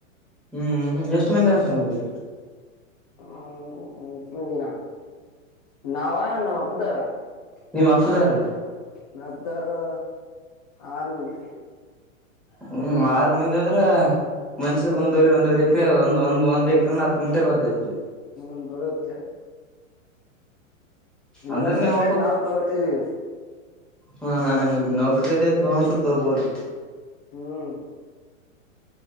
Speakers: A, in the centre; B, on the left (about 30°).
A: ಹ್ಮ್ ಎಷ್ಟು ಮಂದಿ ಅಣ್ಣತಮ್ಮಂದಿರು.
B: ಹ್ಮ ಎಸ್ಟು ಮಂದಿನ ನಾವ ನಮ್ಮ ಅಪ್ಪನೋರ.
A: ನಿಮ್ ಅಪ್ಪದೂರು
B: ನಮ್ ಅಪ್ಪದೋರು ಆರು ಮಂದಿ.
A: ಹ್ಮ್ ಆರು ಮಂದಿ ಅಂದ್ರ. ಮನುಷ್ಯಗ ಒಂದ್ವರಿ ಒಂದ್ವರೆ ಎಕರೆ ಒಂದ ಒಂದ್ ಎಕ್ರೆ ಹತ್ ಗುಂಟೆ ಬರ್ತೈತಿ.
B: ಹ್ಮ ಬರುತ್ತೆ. ಇನ್ನ
A: ಅಂದ್ರೆ
B: ಸಪ್ರೇಟ್
A: ನಿಮ್ ಅಪ್ಪ.
B: ನಾವು ತಗೋತಿದೀವಿ
A: ಹಾ ಹಾ ಈ ನೌಕರಿದೇ ತಗೊಂಡ್ರೆ ತಗಬೋದು.
B: ಹ್ಮ್